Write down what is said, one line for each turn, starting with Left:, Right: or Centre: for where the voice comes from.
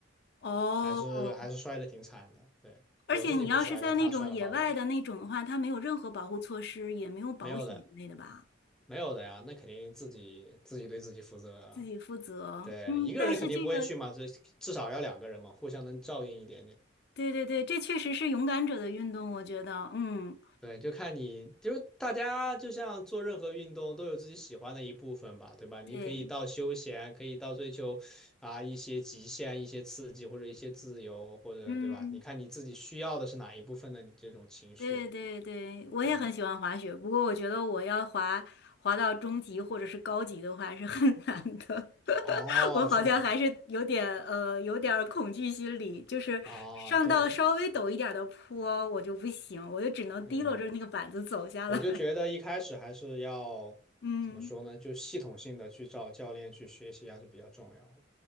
Left: 哦，
Centre: 还是还是摔的挺惨的。对，
Left: 而且你要是在那种野外的那种的话，
Centre: 我自己没摔，但他摔了把我，
Left: 它没有任何保护措施，也没有保险一类的吧，
Centre: 没有的，没有的呀，那肯定自己自己对自己负责啊。
Left: 自己负责。
Centre: 对，
Left: 嗯，
Centre: 一个人肯定不会去嘛，
Left: 但是这个
Centre: 这至少要两个人嘛，互相能照应一点点。
Left: 对对对，这确实是勇敢者的运动，我觉得，嗯，
Centre: 对，就看你，就是大家就像做任何运动都有自己喜欢的一部分吧，对吧？你可以到休闲，
Left: 对，
Centre: 可以到追求啊一些极限、一些刺激或者一些自由，或者对吧？
Left: 嗯，
Centre: 你看你自己需要的是哪一部分的你这种情绪？
Left: 对对对，我也很喜欢滑雪，
Centre: 对，
Left: 不过我觉得我要滑滑到中级或者是高级的话是很难的，<laughs>
Centre: 哦，
Left: 我好像还是有点呃有点儿恐惧心理，
Centre: 是吗？
Left: 就是上到稍微陡一点儿的坡我就不行，
Centre: 啊，对，
Left: 我就只能提溜着那个板子走下来，
Centre: 嗯，我就觉得一开始还是要怎么说呢？
Left: <laughs> 嗯，
Centre: 就系统性的去找教练去学习还是比较重要的。